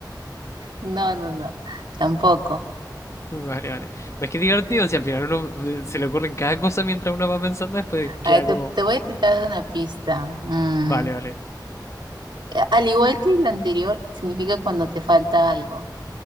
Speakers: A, on the right; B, on the left.
A: No, no, no, tampoco.
B: Mm, Vale, vale. Es que es divertido si al final uno eh, se le ocurre cada cosa mientras uno va pensando, después queda
A: A ver, te,
B: como,
A: te voy a intentar dar una pista. Mm,
B: vale, vale.
A: Al igual que el anterior, significa cuando te falta algo.